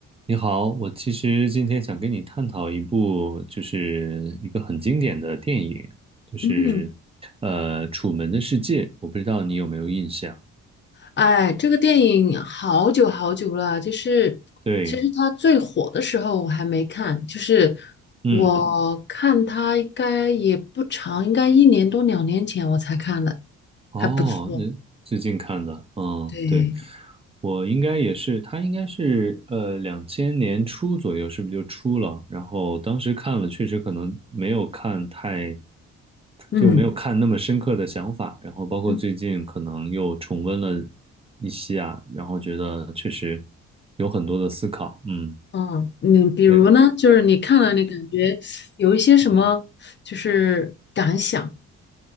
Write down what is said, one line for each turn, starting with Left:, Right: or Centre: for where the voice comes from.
Right: 你好，我其实今天想跟你探讨一部，就是一个很经典的电影，就是呃《楚门的世界》，
Left: 嗯，
Right: 我不知道你有没有印象？
Left: 哎，这个电影好久好久了，就是其实它最火的时候我还没看，
Right: 对，
Left: 就是
Right: 嗯。
Left: 我看它应该也不长，应该一年多两年前我才看的，
Right: 哦，
Left: 还不错。
Right: 那最近看的，嗯，
Left: 对，
Right: 对，我应该也是，他应该是呃两千年初左右，是不是就出了？然后当时看了，确实可能没有看太，
Left: 嗯
Right: 就没有看那么深刻的想法。然后包括最近可能又重温了
Left: 嗯
Right: 一些啊，然后觉得确实有很多的思考。嗯，
Left: 嗯，你比如呢，
Right: 对，
Left: 就是你看了你感觉有一些什么，
Right: 嗯。
Left: 就是感想？